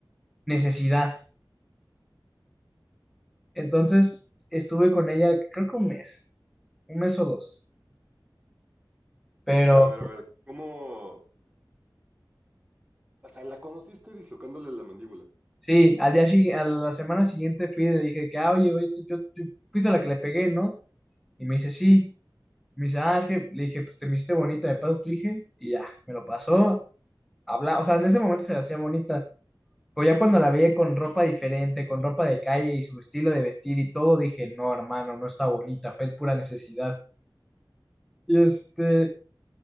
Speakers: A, in the centre; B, on the right.
A: necesidad. Entonces estuve con ella, creo que un mes, un mes o dos. pero
B: A ver, a ver, a ver. ¿Cómo? O sea, la conociste dislocándole la mandíbula.
A: Sí, al día sigui- a la semana siguiente fui y le dije que, ah, oye, güey, tú, yo, tú fuiste la que le pegué, ¿no? Y me dice, sí. Me dice, ah, es que le dije, pues te me hiciste bonita, me pasas tu hija. Y ya, me lo pasó. Habla, o sea, en ese momento se la hacía bonita. Pero ya cuando la vi con ropa diferente, con ropa de calle y su estilo de vestir y todo, dije, no, hermano, no está bonita, fue pura necesidad. Y este,